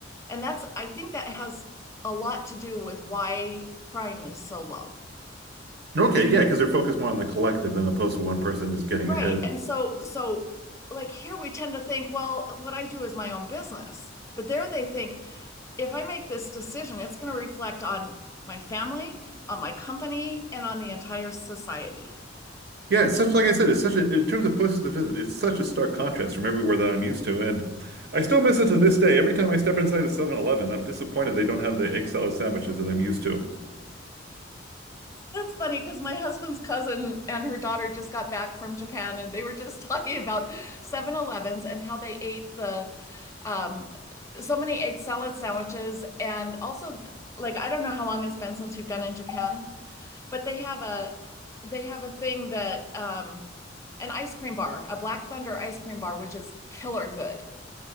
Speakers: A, on the left; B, on the right.
A: And that's, I think that has a lot to do with why crime is so low.
B: okay, yeah, because they're focused more on the collective than opposed to one person just getting
A: Right.
B: ahead
A: And so, so like here we tend to think, well, what I do is my own business. But there they think, if I make this decision, it's going to reflect on my family, on my company, and on the entire society.
B: Yeah, it's such like I said, it's such a in terms of places to visit, it's such a stark contrast from everywhere that I'm used to. And I still miss it to this day. Every time I step inside a Seven I'm disappointed they don't have the egg salad sandwiches that I'm used to.
A: That's funny because my husband's cousin and her daughter just got back from Japan and they were just <laughs> talking about Seven Elevens and how they ate the um, so many egg salad sandwiches. And also, like, I don't know how long it's been since you've been in Japan, but they have a they have a thing that um, an ice cream bar, a Black Thunder ice cream bar, which is killer good.